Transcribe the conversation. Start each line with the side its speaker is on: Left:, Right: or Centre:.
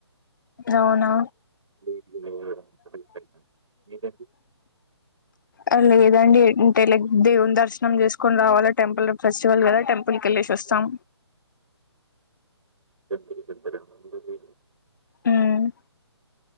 Left: అవునా
Right: <inaudible>
Left: ఆ లేదండి అంటే లైక్ దేవుని దర్శనం చేసుకొని రావాల టెంపుల్ ఫెస్టివల్ కదా టెంపుల్ కి వెల్లేసి వస్తాం
Right: ఇద్దరికీ ఇద్దరు అందర్నీ
Left: హ్మ్